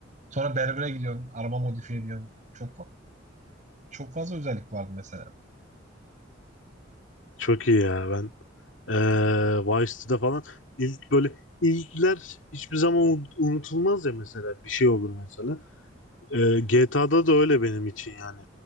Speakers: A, on the right; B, on the left.
A: Sonra berbere gidiyorsun, araba modifiye ediyorsun. Çok fa- çok fazla özellik vardı mesela.
B: Çok iyi ya ben eee Vice'de falan ilk böyle ilkler hiçbir zaman un- unutulmaz ya mesela bir şey olur mesela. Eee GTA'da da öyle benim için yani.